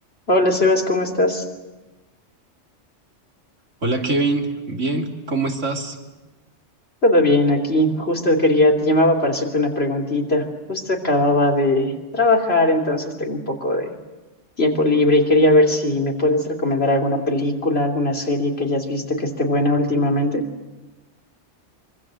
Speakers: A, on the left; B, on the right.
A: Hola Sebas, ¿cómo estás?
B: Hola Kevin, bien, ¿cómo estás?
A: Todo bien aquí. Justo quería, te llamaba para hacerte una preguntita. Justo acababa de trabajar, entonces tengo un poco de tiempo libre y quería ver si me puedes recomendar alguna película, alguna serie que hayas visto que esté buena últimamente.